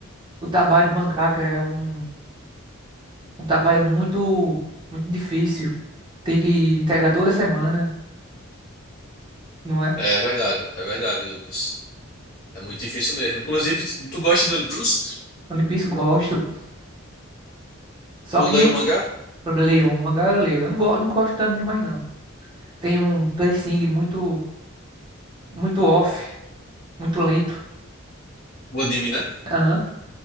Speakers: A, on the right (about 20°); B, on the left (about 45°).
A: o trabalho de mangaka é um, um trabalho muito, muito difícil. Tem que entregar toda semana, não é?
B: É verdade, é verdade, Lucas. É muito difícil mesmo. Inclusive, tu gosta de One Piece?
A: One Piece gosto. Só
B: Tu
A: que
B: leu o mangá?
A: eu leio, o mangá eu leio. Eu não, go, não gosto tanto demais, não. Tem um pacing muito, muito off, muito lento.
B: O anime, né?
A: Aham.